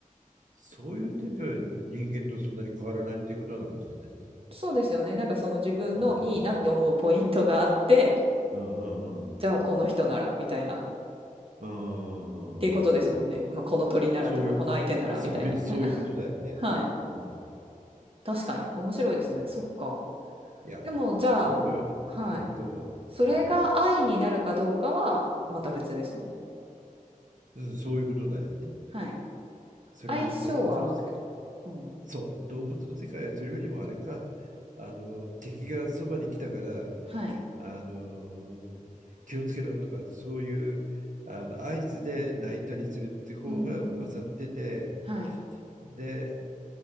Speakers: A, on the right (about 65°); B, on the right (about 40°).
A: そういう点では人間とそんなに変わらないっていうことなのかもしれないね。
B: そうですよね。なんかその自分のいいなって思うポイントがあって、
A: うん。うんうんうん。
B: じゃあこの人ならみたいな、っ
A: うんうんうんうん。
B: ていうことですもんね。まあ、この鳥ならとか、
A: そういう、
B: この相手ならみたいな。
A: そういう、そういうことだよね。
B: <laughs> はい。
A: うん。
B: 確かに。面白いですね。
A: いや、
B: そっか。
A: いや、
B: でも、じゃあ、
A: こういう
B: はい。
A: の、うん、どうぞ。
B: それが愛になるかどうかは、
A: はいはい。
B: また別ですよね。
A: うん、そういうことだよね。
B: はい。
A: それに動物の、
B: 相性は合うけど。うん。
A: そう、動物の世界はそれよりもあれか、あの、敵がそばに来たから、
B: はい。
A: あの気をつけろとかそういうあの合図で泣いたりするっていう方が勝ってて
B: うんうん。はい。
A: で